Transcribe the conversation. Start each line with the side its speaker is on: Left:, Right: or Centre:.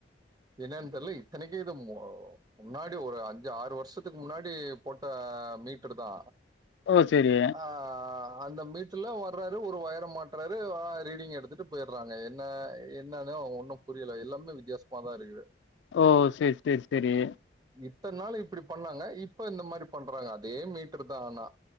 Right: என்னன்னு தெர்ல இத்தனைக்கு இது மோ முன்னாடி ஒரு அஞ்சு ஆறு வருஷத்துக்கு முன்னாடி போட்ட மீட்டர் தா
Left: ஓ செரி
Right: ஆ அந்த மீட்டர்ல வர்றாரு ஒரு வயர்ர மாட்றாரு ரீடிங் எடுத்துட்டு போய்ட்றாங்க என்ன என்னனே ஒன்னூ புரியல எல்லாமே வித்தியாசமாதா இருக்குது
Left: ஓ செர் செர் செரி
Right: இத்தன நாள் இப்டி பண்ணாங்க இப்ப இந்த மாதிரி பண்றாங்க அதே மீட்ரு தா ஆனா